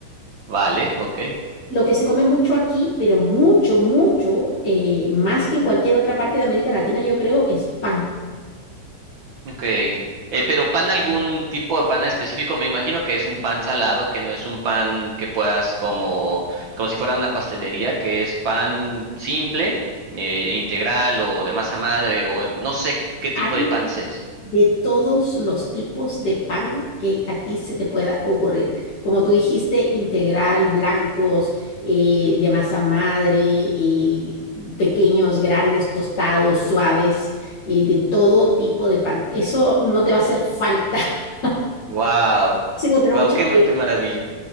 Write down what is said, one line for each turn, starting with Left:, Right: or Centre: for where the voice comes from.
Right: Vale, ok,
Left: lo que se come mucho aquí, pero mucho, mucho, eh, más que en cualquier otra parte de América Latina, yo creo, es pan.
Right: ok. Eh, pero pan, algún tipo de pan específico, me imagino que es un pan salado, que no es un pan que puedas como, como si fuera una pastelería, que es pan simple, eh, integral o de masa madre, o eh, no sé qué tipo
Left: Hay
Right: de pan es.
Left: de todos los tipos de pan que a ti se te pueda ocurrir. Como tú dijiste, integral, blancos, eh, de masa madre, y pequeños, grandes, tostados, suaves, eh, de todo tipo de pan. Eso no te va a hacer falta. <laughs>
Right: Wow,
Left: Sin encontrar
Right: wow,
Left: mucha
Right: qué,
Left: variedad,
Right: qué maravilla.